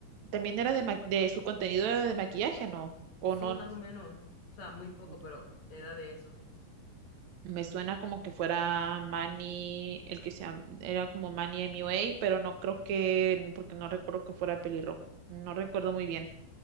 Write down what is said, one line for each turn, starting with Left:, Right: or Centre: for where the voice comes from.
Right: también era de, ma- de su contenido era de maquillaje, ¿no? ¿O
Left: Sí,
Right: no?
Left: más o menos. O sea, muy poco,
Right: Ujú.
Left: pero era de eso.
Right: Me suena como que fuera Manny, el que sea, era como Manny MUA, pero no creo que, porque no recuerdo que fuera pelirrojo. No recuerdo muy bien.